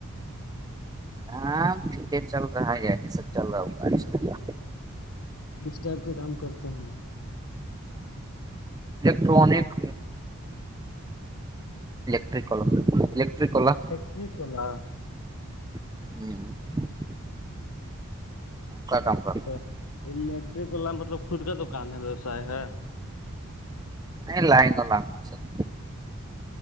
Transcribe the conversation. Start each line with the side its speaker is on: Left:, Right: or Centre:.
Right: ہاں ٹھیک چل رہا ہے یہی سب چل رہا ہو
Left: ڈس ٹائپ کے کام کرتے ہیں
Right: الیکٹرانک الیکٹرک ک الیکٹرک واللا
Left: ج کلا
Right: ہوں <unintelligible> کام کرتا
Left: تو الیکٹرک والا مطلب خود کا دکان ہے ویوساائے ہے
Right: ان ل ان ل <unintelligible>